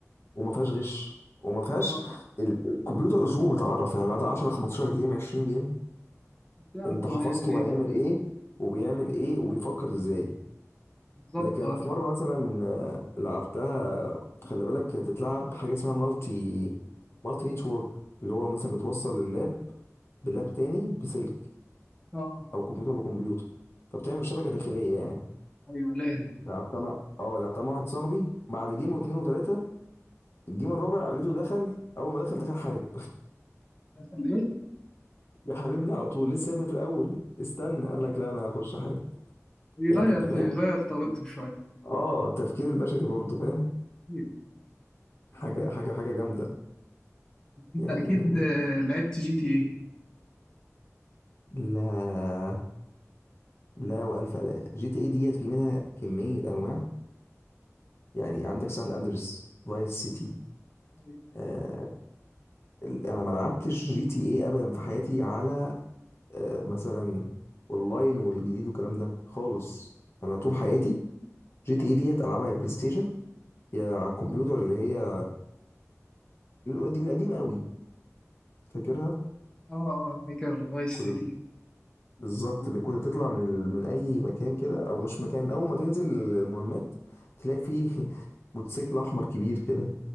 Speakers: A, on the left (about 50°); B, on the left (about 15°).
A: وما فيهاش غش وما فيهاش
B: اه
A: ال- الكمبيوتر اسلوبه بيتعرف يعني بعد 10 15 جيم 20 جيم
B: تعرف
A: انت حفظت
B: هو هيعمل
A: هو
B: ايه
A: هيعمل ايه وبيعمل ايه وبيفكر ازاي
B: بالظبط
A: لكن
B: اه
A: انا في مره مثلا آه، لعبتها خلي بالك هي بتتلعب حاجه اسمها مالتي مالتي نتورك اللي هو مثلا بتوصل اللاب بلاب تاني بسلك
B: اه
A: او كمبيوتر بكمبيوتر فبتعمل شبكه داخليه يعني
B: ايوه لان
A: لعبتها مع اه لعبتها مع واحد صاحبي بعد جيم واثنين وثلاثه الجيم الرابع لقيته دخل اول ما دخل دخل حارب
B: عشان ايه
A: <laughs> يحاربني على طول لسه يا ابني في الاول استنى قال لك لا انا هخش حارب
B: يغير
A: يعني انت فاهم
B: يغير طريقته شويه
A: اه التفكير البشري برضه فاهم
B: أيوة.
A: حاجه حاجه حاجه جامده
B: انت
A: يعني
B: اكيد آه، لعبت جي تي ايه
A: لا لا والف لا جي تي اي ديت في منها كميه انواع يعني عندك سان اندرس فايس سيتي
B: أيوة.
A: آه ال- انا ما لعبتش جي تي اي ابدا في حياتي على آه مثلا اونلاين والجديد والكلام ده خالص انا طول حياتي جي تي اي ديت العبها يا بلاي ستيشن يا على الكمبيوتر اللي هي القد- القديم قوي فاكرها
B: اه اه فاكر فايس
A: كنت
B: سيتي
A: بالظبط
B: و-
A: اللي كنت
B: و-
A: تطلع من ال... من اي مكان كده او مش مكان اول ما تنزل المهمات تلاقي فيه <laughs> موتوسيكل احمر كبير كده